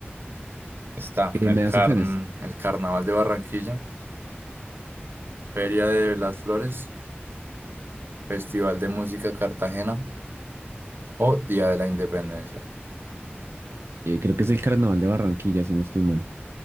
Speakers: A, on the right; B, on the right.
A: Está
B: Eh, ¿me
A: el carn,
B: das opciones?
A: el Carnaval de Barranquilla, Feria de las Flores, Festival de Música Cartagena o Día de la Independencia.
B: Eh, creo que es el Carnaval de Barranquilla, si no estoy mal.